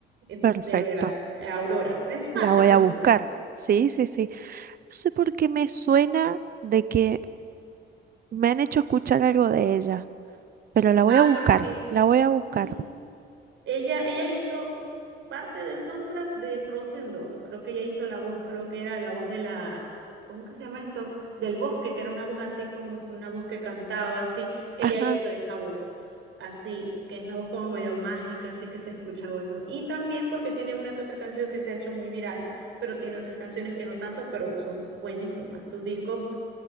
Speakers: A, on the right (about 75°); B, on the right (about 50°).
A: eh,
B: perfecto.
A: de verdad, Aurora. Es fácil
B: La voy
A: su
B: a
A: nombre.
B: buscar. Sí, sí, sí. No sé por qué me suena de que Me han hecho escuchar algo de ella, pero la voy
A: Ah,
B: a buscar,
A: porque...
B: la voy a buscar.
A: sí, Ella, ella hizo parte del soundtrack de Frozen dos Creo que ella hizo la voz, creo que era la voz de la, ¿cómo que se llama esto? Del bosque, que era una voz así como que una voz que cantaba así. Ella
B: Ajá,
A: hizo esa voz, así, que es una voz como medio mágica, así que se escucha bueno. Y también porque tiene una que otra canción que se ha hecho muy viral, pero tiene otras canciones que no tanto, pero son buenísimas. Sus discos,